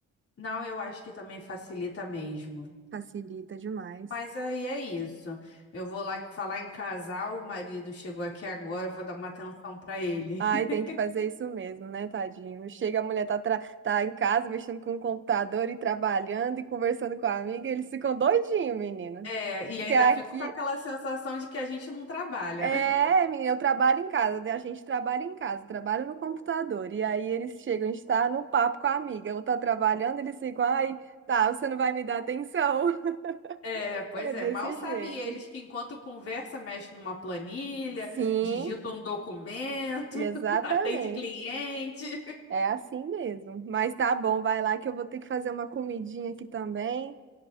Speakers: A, on the left; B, on the right.
A: Não, eu acho que também facilita mesmo.
B: Facilita demais.
A: Mas aí é isso. Eu vou lá falar em casal, o marido chegou aqui agora, eu vou dar uma atenção pra ele.
B: Ai,
A: <laughs>
B: tem que fazer isso mesmo, né, tadinho? Chega, a mulher tá, tra- tá em casa mexendo com o computador e trabalhando e conversando com a amiga, eles ficam doidinhos, menina.
A: É, e ainda
B: Que aqui
A: fico com aquela sensação de que a gente não trabalha,
B: É,
A: né?
B: menina, eu trabalho em casa, né? a gente trabalha em casa, trabalha no computador. E aí eles chegam, a gente tá no papo com a amiga, ou tá trabalhando, eles ficam, ai, tá, você não vai me dar atenção. <laughs>
A: É, pois
B: É desse
A: é, mal sabe
B: jeito.
A: eles que enquanto conversa, mexe numa planilha,
B: Sim,
A: digita um documento,
B: exatamente.
A: <laughs> atende cliente.
B: É assim mesmo. Mas tá bom, vai lá que eu vou ter que fazer uma comidinha aqui também.